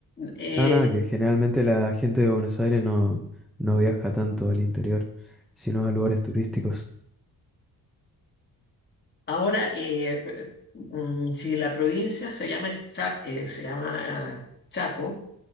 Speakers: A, on the left (about 25°); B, in the centre.
A: eh,
B: Ah, nada, que generalmente la gente de Buenos Aires no, no viaja tanto al interior, sino a lugares turísticos.
A: ahora eh, eh, mm, si la provincia se llama el Cha- eh, se llama ah, Chaco,